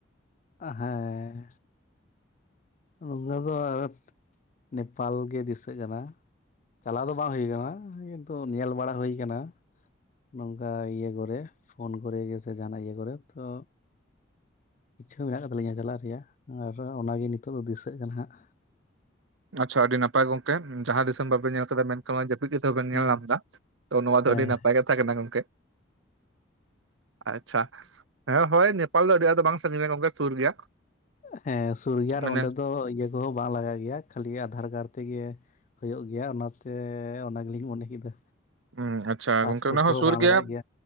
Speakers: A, on the left; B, on the right.
A: ᱦᱮᱸ ᱱᱚᱝᱠᱟ ᱫᱚ <unintelligible> ᱱᱮᱯᱟᱞ ᱜᱮ ᱫᱤᱥᱟᱹᱜ ᱠᱟᱱᱟ᱾ ᱪᱟᱞᱟᱣ ᱫᱚ ᱵᱟᱝ ᱦᱩᱭ ᱠᱟᱱᱟ, ᱠᱤᱱᱛᱩ ᱧᱮᱞ ᱵᱟᱲᱟ ᱦᱩᱭ ᱠᱟᱱᱟ᱾ ᱱᱚᱝᱠᱟ ᱤᱭᱟᱹ ᱠᱚᱨᱮ ᱯᱷᱳᱱ ᱠᱚᱨᱮ ᱜᱮ ᱥᱮ ᱡᱟᱦᱟᱸᱱᱟᱜ ᱤᱭᱟᱹ ᱠᱚᱨᱮ ᱛᱚ ᱤᱪᱪᱷᱟᱹ ᱢᱮᱱᱟᱜ ᱠᱟᱜ ᱛᱟᱞᱤᱧᱟ ᱪᱟᱞᱟᱜ ᱨᱮᱭᱟᱜ ᱟᱨ ᱚᱱᱟᱜᱮ ᱱᱤᱛᱚᱜ ᱫᱚ ᱫᱤᱥᱟᱹᱜ ᱠᱟᱱᱟ ᱦᱟᱸᱜ
B: ᱟᱪᱪᱷᱟ ᱟᱹᱰᱤ ᱱᱟᱯᱟᱭ ᱜᱚᱝᱠᱮ, ᱡᱟᱦᱟᱸ ᱫᱤᱥᱚᱢ ᱵᱟᱵᱮ ᱧᱮᱞ ᱠᱟᱫᱟ ᱢᱮᱱ <unintelligible> ᱡᱟᱹᱯᱤᱫ ᱠᱟᱛᱮᱵᱮᱱ
A: ᱦᱟᱸᱜ
B: ᱧᱮᱞ ᱧᱟᱢᱫᱟ ᱛᱚ ᱱᱚᱣᱟ ᱫᱚ
A: ᱦᱮᱸ
B: ᱟᱹᱰᱤ ᱱᱟᱯᱟᱭ ᱠᱟᱛᱷᱟ ᱠᱟᱱᱟ ᱜᱚᱢᱠᱮ᱾ ᱟᱪᱪᱷᱟ ᱦᱮᱸ ᱦᱳᱭ ᱱᱮᱯᱟᱞ ᱫᱚ ᱟᱹᱰᱤ ᱟᱸᱴ ᱫᱚ ᱵᱟᱝ ᱥᱟᱺᱜᱤᱧᱟ ᱜᱚᱝᱠᱮ ᱥᱩᱨ ᱜᱮᱭᱟ᱾
A: ᱦᱮᱸ ᱥᱩᱨ ᱜᱮ ᱟᱨ
B: ᱢᱟᱱᱮ
A: ᱚᱸᱰᱮ ᱫᱚ ᱤᱭᱟᱹ ᱠᱚᱦᱚᱸ ᱵᱟᱝ ᱞᱟᱜᱟᱜ ᱜᱮᱭᱟ ᱠᱷᱟᱹᱞᱤ ᱟᱫᱷᱟᱨ ᱠᱟᱨᱰ ᱛᱮᱜᱮ, ᱦᱩᱭᱩᱜ ᱜᱮᱭᱟ ᱚᱱᱟᱛᱮ ᱚᱱᱟ ᱜᱮᱞᱤᱧ ᱢᱚᱱᱮ ᱠᱮᱫᱟ᱾
B: ᱦᱩᱸ ᱟᱪᱪᱷᱟ
A: ᱯᱟᱥᱯᱳᱨᱴ
B: ᱜᱚᱝᱠᱮ ᱚᱱᱟ ᱦᱚᱸ
A: ᱠᱚᱦᱚᱸ
B: ᱥᱩᱨ
A: ᱵᱟᱝ
B: ᱜᱮᱭᱟ,
A: ᱞᱟᱜᱟᱜ